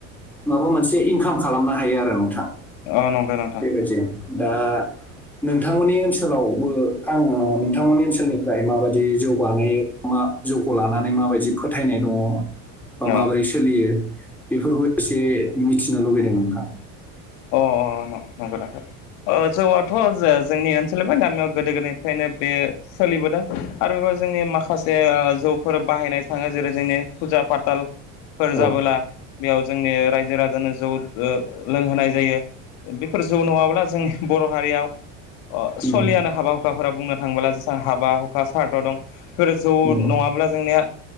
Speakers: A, in the centre; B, on the left (about 70°).
A: माबा मोनसे इनकाम खालामनो हायो आरो नोंथां
B: अ नंगौ नोंथां
A: बेबायदि दा नोंथांमोननि ओनसोलावबो आङो नोंथांमोननि ओनसोलनिफ्राय माबायदि जौ बानायो मा जौखौ लानानै माबायदि फोथायनाय दङ बा माबोरै
B: अ
A: सोलियो बेफोरखौ एसे मिथिनो लुुबैदों नोंथां
B: अ नंग नोंथां ओ जौआथ जे जोंनि ओनसोलनिफ्राय गामियाव गोदो गोदायनिफ्रायनो बे सोलिबोदों आरो जोंनि माखासे जौफोर बाहायनाय थाङो जेरै जोंनि फुजा फाथाल फोर
A: औ
B: जाबोला बेयाव जोंनि रायजो राजानो जौ ओ लोंहोनाय जायो बेफोर जौ नङाब्ला जोंनि बर हारियाव अ
A: उम,
B: सलियानो हाबा हुखाफोरा बुंनो थाङोबला जेसेबां हाबा हुखा सारद दं जौ
A: नंगौ
B: नङाब्ला जोंनिया